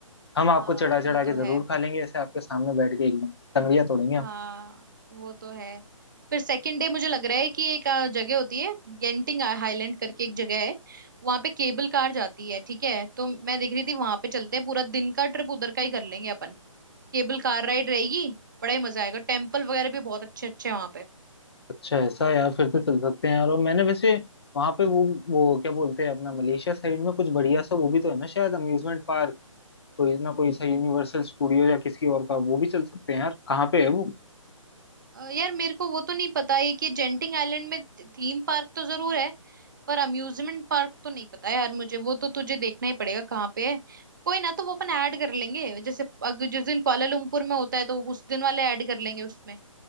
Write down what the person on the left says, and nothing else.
हम आपको
चढ़ा
चढ़ा के
जरूर
खा लेंगे ऐसे आपके सामने बैठ के एकदम तंगड़िया तोड़ेंगे
हम
अच्छा ऐसा है यार फिर तो चल सकते हैं यार और मैंने वैसे वहां पे वो वो क्या बोलते हैं अपना मलेशिया साइड में कुछ बढ़िया सा वो भी तो है ना शायद अम्यूजमेंट पार्क कोई ना कोई सा यूनिवर्सल स्टूडियो या किसी और का वो भी चल सकते हैं यार कहाँ पे है वो